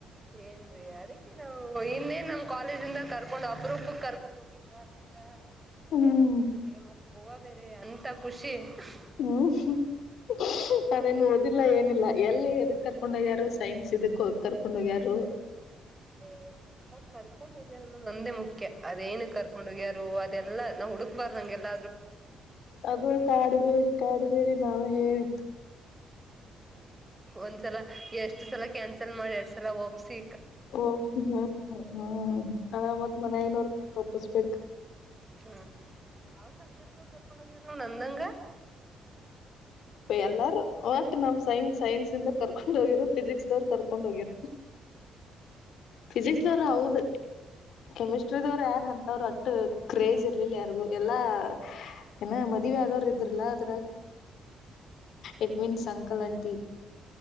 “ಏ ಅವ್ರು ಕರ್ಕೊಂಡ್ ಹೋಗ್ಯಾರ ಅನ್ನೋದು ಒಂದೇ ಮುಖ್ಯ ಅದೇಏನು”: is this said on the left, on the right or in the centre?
Right